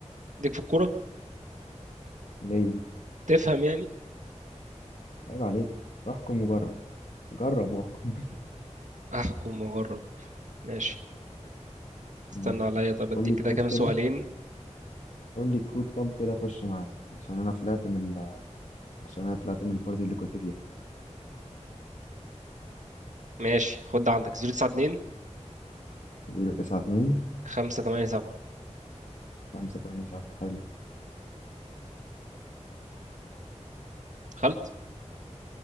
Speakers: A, on the right; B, on the left.
A: ديك في الكوره
B: ليه
A: تفهم يعني
B: عيب عليك احكم وجرب جرب واحكم
A: احكم واجرب ماشي
B: <laughs>
A: استنى
B: ماشي
A: عليا طب اديك
B: قول لي
A: كده
B: الكود
A: كام
B: كده
A: سؤالين
B: قول لي الكود طب كده اخش معاك عشان انا طلعت من ال... عشان انا طلعت من البارتي اللي كنت فيها
A: ماشي خد ده عندك 092
B: 092
A: 587
B: 587 حلو
A: دخلت